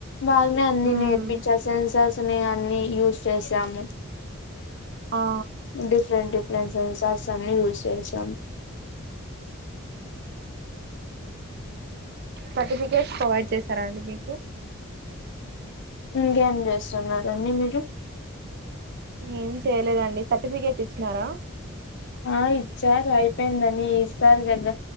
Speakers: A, on the left; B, on the right.
A: బాగానే అన్ని
B: ఉమ్
A: నేర్పించారు సెన్సార్ నీ అన్ని యూస్ చేసాము
B: ఆ
A: డిఫరెంట్ డిఫరెంట్ సెన్సార్స్ అన్ని యూస్ చేశాం
B: సర్టిఫికెట్స్ ప్రొవైడ్ చేశారాండి మీకు
A: ఇంకేం చూస్తున్నరండి మీరు
B: ఏం చేయలేదండి సర్టిఫికేట్ ఇచ్చినారా
A: ఆ ఇచ్చారు అయిపోయిందని ఇస్తారు గదా